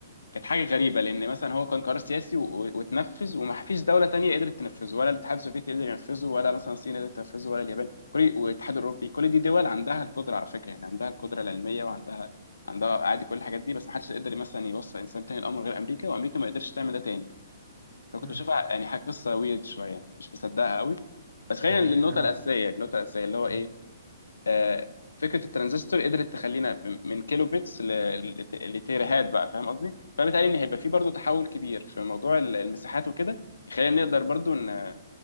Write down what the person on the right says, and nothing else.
أمم
دي حقيقة
أنا
أمم